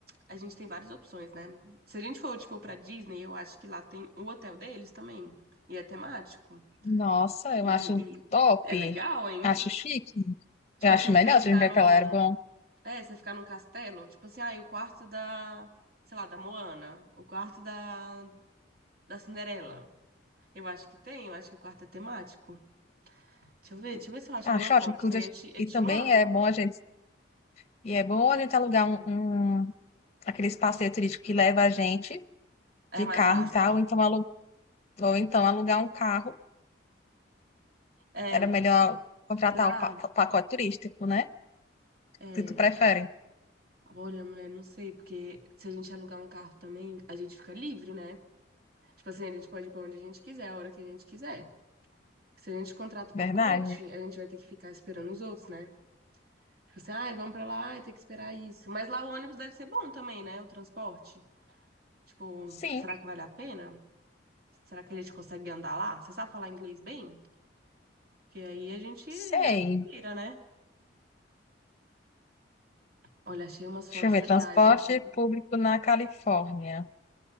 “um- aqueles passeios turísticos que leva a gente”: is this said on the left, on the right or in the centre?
Left